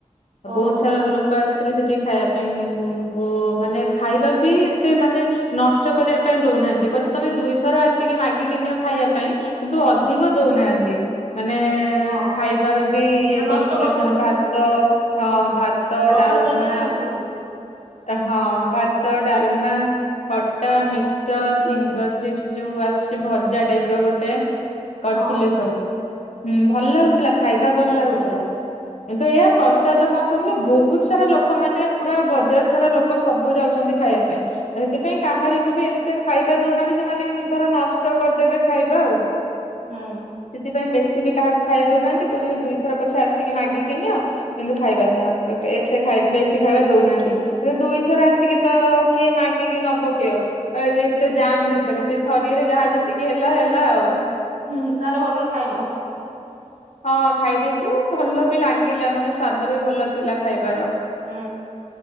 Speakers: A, on the right (about 75°); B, on the left (about 65°).
A: ଓହୋ
B: ବହୁତ ସାରା ଲୋକ ଆସିଥିଲେ ସେଠି ଖାଇବା ପାଇଁ ବୋ ମାନେ ଖାଇବା ବି ଏତେ ମାନେ ନଷ୍ଟ କରିବା ପାଇଁ ଦଉନାହାନ୍ତି ପ ପଛେ ତମେ ଦୁଇଥର ଆସିକି ମାଗିକିନିଅ ଖାଇବା ପାଇଁ କିନ୍ତୁ ଅଧିକ ଦଉନାହାନ୍ତି। ମାନେ-ଏ
A: ହଁ
B: ଖାଇବାର ବି ଇଏ
A: ନଷ୍ଟ
B: କରିଥିଲେ
A: କରିଦେବେ ସେଇ
B: ଭାତ-ଅ
A: ଯୁଗୁରୁ
B: ହଁ ଭାତ
A: ପ୍ରସାଦ
B: ଡାଲମା
A: ଯାବି ଆଉ ନ ସେଇ ଯୁଗୁରୁ
B: ହଁ ଭାତ ଡ଼ାଲମା ଖଟା ମିକ୍ସଚର ଫିଙ୍ଗର ଚିପ୍ସ ଯୋଉ ଆସୁଚି ଭଜା ଟାଇପ୍ ର ଗୋଟେ କରିଥିଲେ
A: ହଁ
B: ସବୁ ହଁ ଭଲ ଲାଗୁଥିଲା ଖାଇବା ଭଲ ଲାଗୁଥିଲା। କିନ୍ତୁ ଏଇଆ ପ୍ରସାଦ କଣ କହିଲ ବହୁତ ସାରା ଲୋକମାନେ ପୁରା ବଜାର ସାରା ଲୋକ ସବୁ ଯାଉଛନ୍ତି ଖାଇବା ପାଇଁ ତ ସେଥିପାଇଁ କାହାରିକୁ ବି ଏତେ ଖାଇବା ଦଉନାହାନ୍ତି ଯୋଉମାନେ ଧର ନଷ୍ଟ କରିଦେବେ ଖାଇବା ଆଉ
A: ହୁଁ।
B: ସେଥିପାଇଁ ବେଶୀ ବି କାହାକୁ ଖାଇବା ଦଉନାହାନ୍ତି କହୁଛନ୍ତି ଦୁଇଥର ପଛେ ଆସିକି ମାଗିକି ନିଅ କିନ୍ତୁ ଖାଇବା ନିଅ ଆଗେ ଏତେ ଖାଇ ବେଶୀ ଖାଇବା ଦଉନାହାନ୍ତି। ଦୁଇ ଥର ଆସିକି ତ କିଏ ମାଗିକି ନବ କି ଆଉ ଏତେ ଯାମ୍ ଭିତରେ ସେଇ ଥରିରେ ସେ ଯାହା ଯେତିକି ହେଲା ହେଲା ଆଉ
A: ହୁଁ ତାହେଲେ ଭଲରେ ଖାଇନ?
B: ହଁ ଖାଇ ଦେଇଛୁ ଭଲ ବି ଲାଗିଲା, ମାନେ ସ୍ଵାଦ ବି ଭଲ ଥିଲା ଖାଇବାର।
A: ଉଁ।